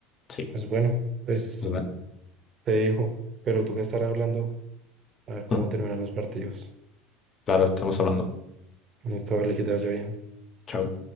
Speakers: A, on the left (about 35°); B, on the right (about 40°).
A: Sí,
B: Pues bueno, pues
A: pues bueno.
B: te dejo, pero tú que estarás hablando, a ver cómo
A: <laughs>
B: terminan los partidos.
A: Claro, estamos hablando.
B: Listo, vale, que te vaya bien.
A: Chao.